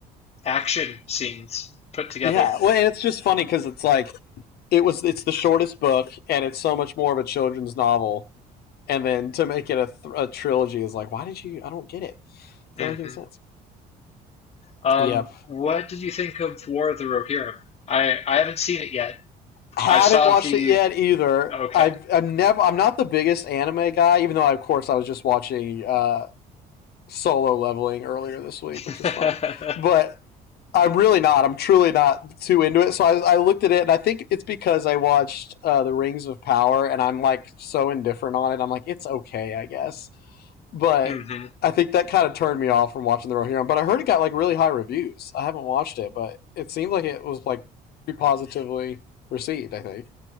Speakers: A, on the left; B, on the left.
A: action scenes put together.
B: Yeah, well, and it's just funny cuz it's like it was it's the shortest book and it's so much more of a children's novel and then to make it a, th- a trilogy is like, "Why did you I don't get it." Does
A: Mm-hmm.
B: that make any sense?
A: Um,
B: Yep.
A: what did you think of War of the Rohirrim? I I haven't seen it yet.
B: Haven't
A: I saw
B: watched
A: the
B: it yet either.
A: okay.
B: I've, I'm never. I'm not the biggest anime guy, even though I, of course I was just watching uh, Solo Leveling earlier this week,
A: <laughs>
B: which is funny. But I'm really not. I'm truly not too into it. So I, I looked at it, and I think it's because I watched uh, The Rings of Power, and I'm like so indifferent on it. I'm like, it's okay, I guess. but
A: hmm
B: I think that kind of turned me off from watching the Rohirrim. But I heard it got like really high reviews. I haven't watched it, but it seemed like it was like pretty positively received. I think.